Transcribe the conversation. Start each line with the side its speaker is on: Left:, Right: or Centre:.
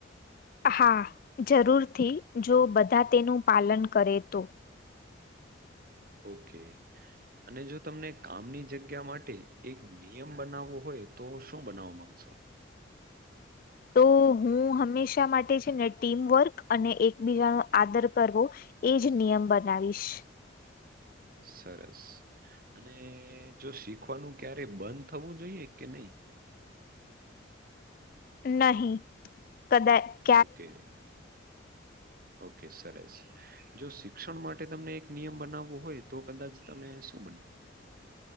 Left: હા જરૂરથી જો બધા તેનું પાલન કરે તો
Right: ઓકે અને જો તમને કામની જગ્યા માટે એક નિયમ બનાવવો હોય તો શું બનાવવા માંગશો
Left: તો હું હંમેશા માટે છે ને ટીમવર્ક અને એકબીજાનો આદર કરવો એજ નિયમ બનાવીશ
Right: સરસ અને જો શીખવાનું ક્યારે બંધ થવું જોઈએ કે નહીિ
Left: નહી કદાય
Right: ઓકે ઓકે સરસ જો શિક્ષણ માટે તમને એક નિયમ બનાવવો હોય તો કદાચ તમે શું બનાવો